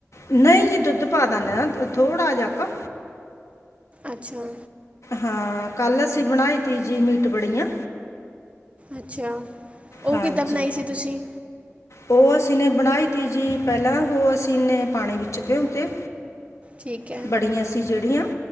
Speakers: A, on the left; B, on the right.
A: ਨਹੀਂ ਜੀ ਦੁੱਧ ਪਾ ਦਦੇ ਨਾ ਥੋੜਾ ਜਿਹਾ ਕ
B: ਅੱਛਾ।
A: ਹਾਂ ਕੱਲ ਅਸੀਂ ਬਣਾਈ ਤੀ ਜੀ ਮੀਟ ਬੜੀਆਂ।
B: ਅੱਛਾ ਉਹ
A: ਹਾਂਜੀ
B: ਕਿੱਦਾਂ ਬਣਾਈ ਸੀ ਤੁਸੀਂ?
A: ਉਹ ਅਸੀਂ ਨੇ ਬਣਾਈ ਤੀ ਜੀ ਪਹਿਲਾਂ ਉਹ ਅਸੀਂ ਨੇ ਪਾਣੀ ਵਿੱਚ ਭਿਉਂ ਤੇ।
B: ਠੀਕ ਹੈ
A: ਬੜੀਆਂ ਅਸੀਂ ਜਿਹੜੀਆਂ